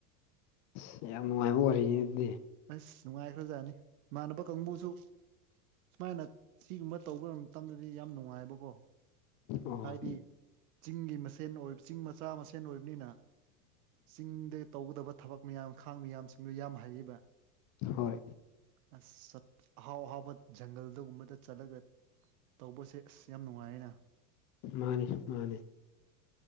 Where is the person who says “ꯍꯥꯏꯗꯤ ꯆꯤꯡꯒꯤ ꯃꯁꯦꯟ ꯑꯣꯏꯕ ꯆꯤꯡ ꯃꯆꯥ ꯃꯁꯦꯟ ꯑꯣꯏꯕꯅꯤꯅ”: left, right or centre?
Right